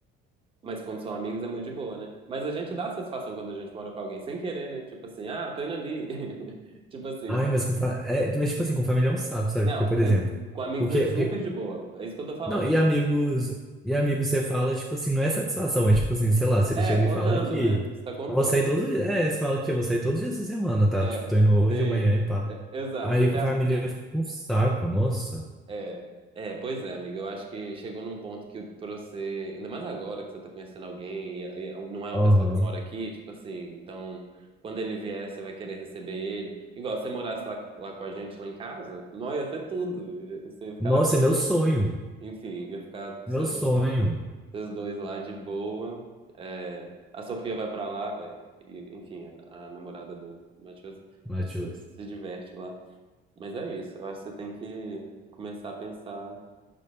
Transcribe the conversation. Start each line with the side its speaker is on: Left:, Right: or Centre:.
Right: Mas como são amigos, é muito de boa, né? Mas a gente dá satisfação quando a gente mora com alguém, sem querer, né? Tipo assim, ah, tô indo ali. <laughs> Tipo assim.
Centre: Ai, mas com fa... é, mas tipo assim, com família é um sapo, sabe?
Right: Não,
Centre: Porque, por
Right: com,
Centre: exemplo,
Right: com amigos
Centre: porque,
Right: é super
Centre: porque...
Right: de boa. É isso que eu tô falando,
Centre: Não, e
Right: né? Não-
Centre: amigos, e amigos você fala, tipo assim, não é satisfação, é tipo assim, sei lá, você
Right: É,
Centre: chega
Right: contando,
Centre: e fala que
Right: né? Você tá contando.
Centre: eu vou sair todos os dias, é, você fala que eu vou sair todos os dias essa semana, tá?
Right: É,
Centre: Tipo, tô indo hoje,
Right: sim.
Centre: amanhã e pá.
Right: É, exato.
Centre: Aí com família fica um saco, nossa.
Right: É, é, pois é, amiga. Eu acho que chegou num ponto que pra você, ainda mais agora que você tá conhecendo alguém e, e é um, não é uma
Centre: Aham.
Right: pessoa que mora aqui, tipo assim, então quando ele vier, você vai querer receber ele. Igual se você morasse lá, lá com a gente, lá em casa, não ia ser tudo. Ia- Você ia ficar
Centre: Nossa,
Right: lá com ele.
Centre: é meu sonho.
Right: Enfim, ia ficar
Centre: Meu
Right: vocês
Centre: sonho,
Right: do- vocês dois lá de boa. É, a Sofia vai pra lá, velho. Enfim, a, a namorada do Matheus,
Centre: Matheus.
Right: a gente se se diverte lá. Mas é isso, eu acho que você tem que começar a pensar